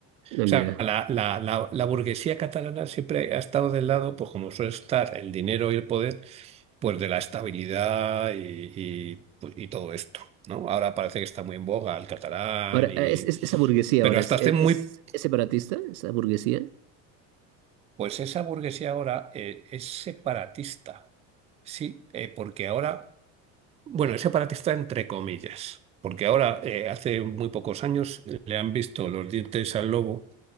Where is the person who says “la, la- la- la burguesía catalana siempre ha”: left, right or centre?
Right